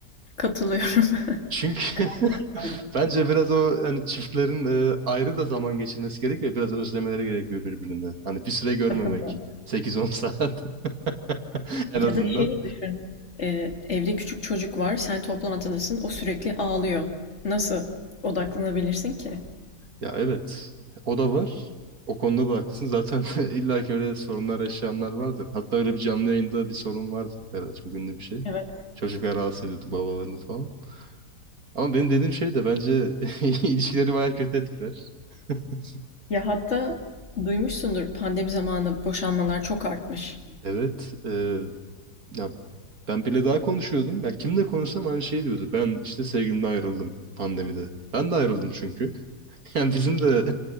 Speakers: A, on the left (about 40°); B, on the right (about 60°).
A: Katılıyorum. <laughs>
B: Çünkü <laughs>
A: Katılıyorum.
B: bence biraz o hani çiftlerin e, ayrı da zaman geçirmesi gerekiyor, biraz özlemeleri gerekiyor birbirini. Hani bir süre görmemek,
A: Katılıyorum.
B: 8-10 saat <laughs> en
A: Ya
B: azından.
A: da şeyi düşün. Ee, evde küçük çocuk var, sen toplantıdasın, o sürekli ağlıyor. Nasıl odaklanabilirsin ki?
B: Ya evet, o da var. O konuda da haklısın. Zaten <laughs> illa ki öyle sorunlar yaşayanlar vardır. Hatta öyle bir canlı yayında bir sorun vardı. Evet, çok ünlü bir şey.
A: Evet.
B: Çocuklar rahatsız ediyordu babalarını falan. Ama benim dediğim şey de bence <laughs> ilişkileri bayağı kötü etkiler. <laughs>
A: Ya hatta duymuşsundur pandemi zamanı boşanmalar çok artmış.
B: Evet, e, ya ben bile daha konuşuyordum. Ya kimle konuşsam aynı şey diyordu. Ben işte sevgilimle ayrıldım pandemide. Ben de ayrıldım çünkü. <laughs> Yani bizim de